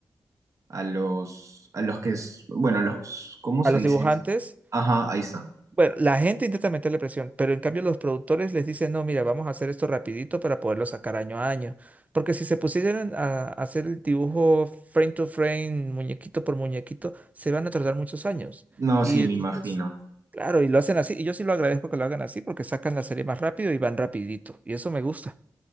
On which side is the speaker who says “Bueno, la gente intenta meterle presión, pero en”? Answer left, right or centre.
Right